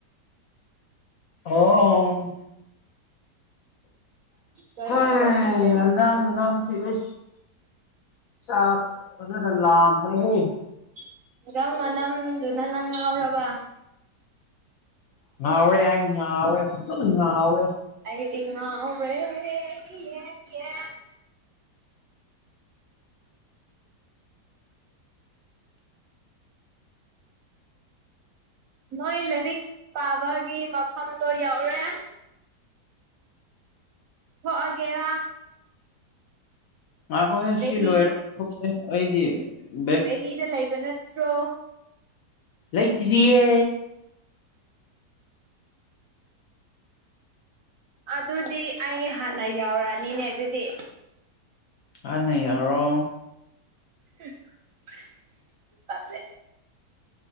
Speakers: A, on the left; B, on the right.
A: ꯑꯣ
B: ꯒꯥꯔꯤ
A: ꯍꯩ
B: ꯒꯥꯔꯤ ꯒꯥꯔꯤ
A: ꯌꯦꯟꯖꯥꯡ ꯃꯅꯝ ꯏꯁ ꯆꯥꯛ ꯐꯖꯅ ꯂꯥꯝꯈ꯭ꯔꯦꯍꯦ꯫
B: <unintelligible> ꯃꯅꯝꯗꯨꯅ ꯅꯪ ꯉꯥꯎꯔꯕ꯫
A: ꯉꯥꯎꯔꯦ ꯑꯩ ꯉꯥꯎꯔꯦ ꯐꯖꯅ ꯉꯥꯎꯔꯦ꯫
B: ꯑꯩꯗꯤ ꯉꯥꯎꯔꯦ ꯏꯌꯦ ꯍꯤ ꯌꯦ ꯅꯣꯏ ꯂꯥꯏꯔꯤꯛ ꯄꯥꯕꯒꯤ ꯃꯐꯝꯗꯣ ꯌꯧꯔꯦ꯫ ꯊꯣꯛꯑꯒꯦꯔꯥ
A: ꯉꯥꯈꯣꯍꯦ
B: ꯔꯦꯗꯤ
A: ꯁꯤ ꯂꯣꯏꯔ ꯊꯣꯛꯁꯦ ꯑꯩꯗꯤ ꯕꯦꯒ
B: ꯑꯦꯗꯤꯗ ꯂꯩꯕ ꯅꯠꯇ꯭ꯔꯣ꯫
A: ꯂꯩꯇ꯭ꯔꯤꯌꯦ꯫
B: ꯑꯗꯨꯗꯤ ꯑꯩ ꯍꯥꯟꯅ ꯌꯧꯔꯅꯤꯅꯦ ꯑꯗꯨꯗꯤ꯫
A: ꯍꯥꯟꯅ ꯌꯧꯔꯣ꯫
B: <unintelligible> ꯇꯜꯂꯦ꯫